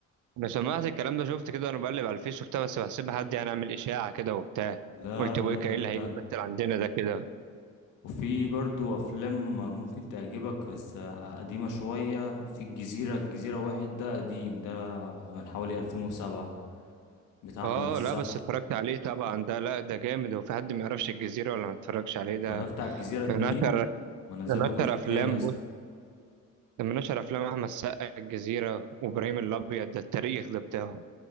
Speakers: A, on the right; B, on the left.
A: انا سمعت الكلام ده شفت كده انا بقلب على الفيس وبتاع بس بحسبها حد يعني عامل اشاعه كده وبتاع
B: لا
A: قلت
B: لا
A: ابو ايه
B: ده بجد
A: اللي هيجي يمثل عندنا ده كده
B: وفي برضو أفلام ممكن تعجبك بس قديمة شوية في الجزيرة الجزيرة واحد ده قديم ده من حوالي 2007 بتاع
A: اه
B: أحمد السقا
A: لا بس اتفرجت عليه طبعا ده لا ده جامد هو في حد ما يعرفش الجزيره ولا ما اتفرجش عليه
B: اتفرجت
A: ده
B: على الجزيرة اتنين
A: من اشهر
B: ما نزل
A: من
B: له مم.
A: اشهر
B: جزء
A: افلام
B: تاني اصلا
A: بص ده من اشهر افلام احمد السقا الجزيره وابراهيم الابيض ده التاريخ ده بتاعه